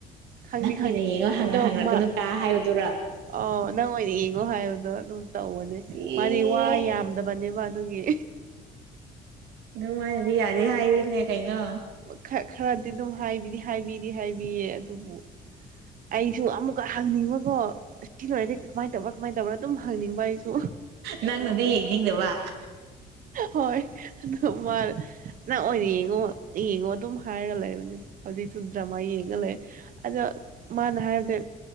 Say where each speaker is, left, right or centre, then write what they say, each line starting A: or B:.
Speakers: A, on the right; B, on the right.
A: ꯈꯪꯗꯦ
B: ꯅꯪ ꯑꯣꯏꯅ
A: ꯈꯪꯗꯦ
B: ꯌꯦꯡꯉꯣ ꯍꯪꯉ
A: ꯑꯗꯣ
B: ꯍꯪꯉꯛꯀꯅꯨ
A: ꯃꯥ
B: ꯀꯥ ꯍꯥꯏꯕꯗꯨꯔꯥ
A: ꯑꯥꯎ ꯅꯪ ꯑꯣꯏꯅ ꯌꯦꯡꯉꯣ ꯍꯥꯏꯕꯗꯣ ꯑꯗꯨꯝ ꯇꯧꯕꯅꯦ
B: ꯑꯦ
A: ꯃꯥꯗꯤ ꯋꯥ ꯌꯥꯝꯗꯕꯅꯦꯕ ꯑꯗꯨꯒꯤ
B: ꯗꯨꯃꯥꯏꯅꯗꯤ ꯌꯥꯗꯦ ꯍꯥꯏꯌꯨꯅꯦ ꯀꯩꯅꯣ
A: ꯈꯔ ꯈꯔꯗꯤ ꯑꯗꯨꯝ ꯍꯥꯏꯕꯤꯗꯤ ꯍꯥꯏꯕꯤꯗꯤ ꯍꯥꯏꯕꯤꯌꯦ ꯑꯗꯨꯕꯨ ꯑꯩꯁꯨ ꯑꯃꯨꯛꯀꯥ ꯍꯪꯅꯤꯡꯕꯀꯣ ꯁꯤꯂꫭꯏꯔꯗꯤ ꯀꯃꯥꯏꯅ ꯇꯧꯔꯥ ꯀꯃꯥꯏ ꯇꯧꯕꯔꯥ ꯑꯗꯨꯝ ꯍꯪꯅꯤꯡꯕ ꯑꯩꯁꯨ
B: ꯅꯪꯅꯗꯤ ꯌꯦꯡꯅꯤꯡꯗꯕ
A: ꯍꯣꯏ ꯑꯗꯨꯃꯥꯅ ꯅꯪ ꯑꯣꯏꯅ ꯌꯦꯡꯉꯣ ꯌꯦꯡꯉꯣ ꯑꯗꯨꯝ ꯍꯥꯏꯔꯒ ꯂꯩꯕꯅꯤ ꯍꯧꯖꯤꯛꯁꯨ ꯗ꯭ꯔꯃꯥ ꯌꯦꯡꯉ ꯂꯩ ꯑꯗ ꯃꯥꯅ ꯍꯥꯏꯕꯗꯤ